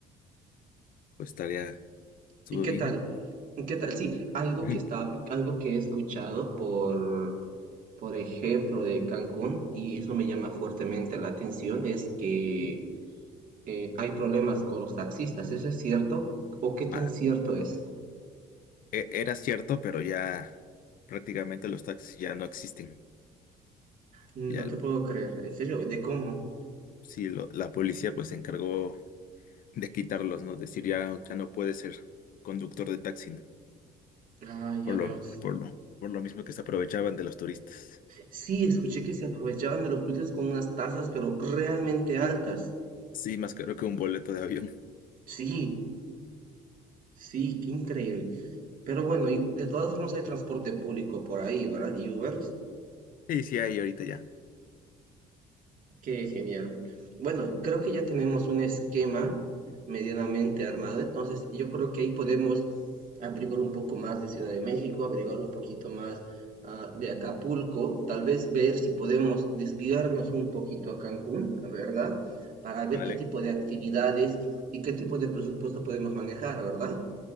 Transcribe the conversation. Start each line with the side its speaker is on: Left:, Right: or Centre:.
Left: pues estaría todo
Right: ¿Y qué
Left: bien.
Right: tal? ¿Qué tal? Sí, algo
Left: <laughs>
Right: que está, algo que he escuchado por, por ejemplo, de Cancún, y eso me llama fuertemente la atención, es que eh, hay problemas con los taxistas, ¿eso es cierto? ¿O qué tan
Left: Ah,
Right: cierto es?
Left: e- era cierto, pero ya prácticamente los taxis ya no existen.
Right: No
Left: Ya el-
Right: te puedo creer, en serio, ¿de cómo?
Left: sí, lo- la policía pues se encargó de quitarlos, ¿no? Decir ya, ya no puede ser conductor de taxi, ¿no?
Right: Ah, ya
Left: Por
Right: veo.
Left: lo, por lo, por lo mismo que se aprovechaban de los turistas.
Right: Sí, escuché que se aprovechaban de los turistas con unas tasas, pero realmente altas.
Left: Sí, más caro que un boleto de avión. <laughs>
Right: Sí, sí, qué increíble. Pero bueno, y de todas formas hay transporte público por ahí, ¿verdad? Y Ubers,
Left: Sí, sí, hay ahorita ya.
Right: qué genial. Bueno, creo que ya tenemos un esquema medianamente armado, entonces yo creo que ahí podemos averiguar un poco más de Ciudad de México, averiguar un poquito más ah, de Acapulco, tal vez ver si podemos desviarnos un poquito a Cancún, ¿verdad? Para ver
Left: Ándale.
Right: qué tipo de actividades y qué tipo de presupuesto podemos manejar, ¿verdad?